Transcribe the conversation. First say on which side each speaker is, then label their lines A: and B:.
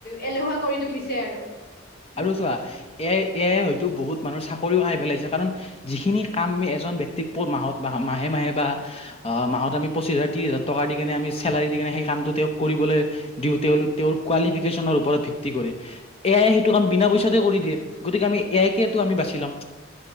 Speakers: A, on the left; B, on the left.
A: এলেহুৱা কৰি তুলিছে। <inaudible>
B: আৰু চোৱা এ এয় হয়তো বহুত মানুহ চাকৰিও খাই পেলাইছে কাৰণ যিখিনি কামি এজন ব্যক্তিৰ মাহত মাহে মাহে বা মাহত আমি পঁচিছ হাজাৰ ত্ৰিছ হাজাৰ টকা দি কেনে আমি চেলাৰি দি কেনে সেই কামটো তেওঁক কৰিবলৈ দিওঁ তেওঁলোক তেওঁৰ কোৱালিফিকেশ্যনৰ ওপৰত ভিত্তি কৰি। এ আয়ে সেইটো কাম বিনা পইচাতে কৰি দিয়ে, গতিকে আমি এ আই কেেটো আমি বাচি ল'ম।